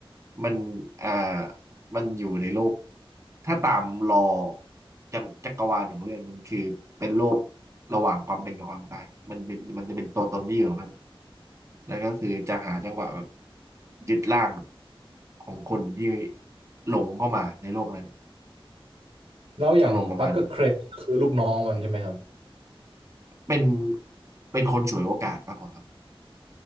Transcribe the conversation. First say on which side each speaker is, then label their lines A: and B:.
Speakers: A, on the right (about 30°); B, on the right (about 75°).
A: มันอ่ามันอยู่ในโลก ถ้าตามรอจักรจักรวาลของเรื่องมันคือเป็นโลกระหว่างความเป็นกับความตายมันเป็นมันจะเป็นตัวตนที่อยู่ของมัน แล้วก็คือจะหาจังหวะแบบยึดร่างของคนที่หลงเข้ามาในโลกนั้น
B: แล้วอย่างปักเกอร์เครนคือลูกน้องมันใช่ไหมครับ
A: อารมณ์ประมาณนี้เป็นเป็นคนฉวยโอกาสมากกว่าครับ